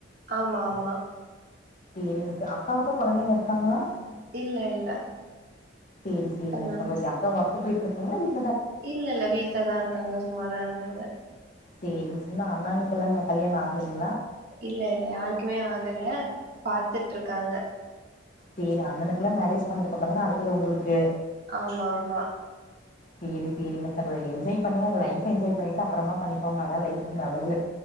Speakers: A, on the right (about 50°); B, on the left (about 40°).
A: ஆமா ஆமா
B: சரி நி அக்காவுக்கு கொழந்தைங்க இருக்காங்ளா
A: இல்ல இல்ல
B: சேரி சேரிங்க
A: இப்பதா
B: சகோதரி அக்கா போயிட்டு இருக்காங்க
A: இல்ல இல்ல வீட்லதா இருக்காங்க சும்மாதா இருக்காங்க
B: சேரி இன்னு அண்ணானுக்கு எல்லா கல்யாண ஆகல்லீங்க
A: இல்ல இல்ல யாருக்குமே ஆகல பாத்துட்டு இருக்காங்க
B: சரி அண்ணனுக்கெலா மேரேஜ் பண்ணதுக்கு அப்றதா அடுத்தது ஒங்களுக்கு
A: ஆமா ஆமா
B: சேரி சேரிங்க சகோதரி என்ஜாய் பண்ணுங்க லைஃப் என்ஜாய் பண்ணிட்டு அப்புறமா பண்ணிக்கோங்க அதா லைஃப்க்கு நல்லது